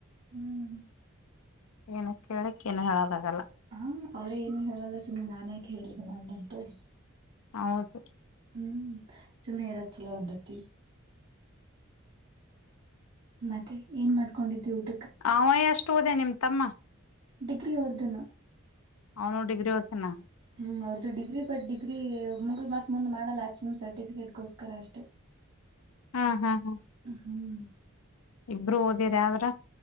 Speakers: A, on the right (about 55°); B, on the left (about 85°).
A: ಹ್ಮ್
B: ಏನ ಕೇಳಕ್ಕ ಏನು ಹೇಳದಾಗಲ್ಲ
A: ಹಾ ಅವ್ರೇ ಏನು ಹೇಳಲ್ಲ ಸುಮ್ಮನೆ ನಾನಯಕೆ ಹೇಳಿದೆ ಮಾಡೆ ಅಂತೇಳಿ
B: ಹೌದು
A: ಹ್ಮ್ ಸುಮ್ನಿರದ ಚಲ ಒಂದತಿ ಮತ್ತೆ ಏನ್ ಮಾಡ್ಕೊಂಡಿದ್ದೆ ಟ
B: ಅವ ಅಷ್ಟು ಹೋದೆ ನಿಮ್ಮ ತಮ್ಮ
A: ಡಗ್ರಿ ಓದ್ಯಾನ
B: ಅವನು ಡಿಗ್ರಿ ಓದ್ಯಾನ
A: ಹ್ಮ್ ಅವ್ರದ್ದು ಡಿಗ್ರಿ ಬಟ್ ಡಿಗ್ರಿ ಮುಗ್ ಮತ್ ಮುಂದ್ ಮಾಡಲ್ಲ ಆತ್ ಸಮ್ ಸರ್ಟಿಫಿಕೇಟ್ಗೋಸ್ಕರ ಅಷ್ಟು
B: ಹ್ಮ್ ಹ್ಮ್ ಹ್ಮ್
A: ಹ್ಮ್
B: ಇಬ್ರು ಓದಿರ ಯಾವ್ರ